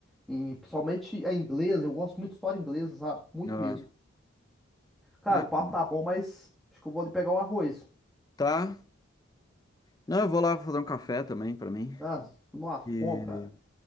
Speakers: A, in the centre; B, on the left (about 20°).
A: em- principalmente a inglesa, eu gosto muito de história inglesa, sabe? Muito
B: aham.
A: mesmo. Cara,
B: É,
A: o papo tá bom, mas acho que eu vou ali pegar um arroz.
B: tá. Não, eu vou lá fazer um café também pra mim.
A: Ah, tô numa fome,
B: E,
A: cara.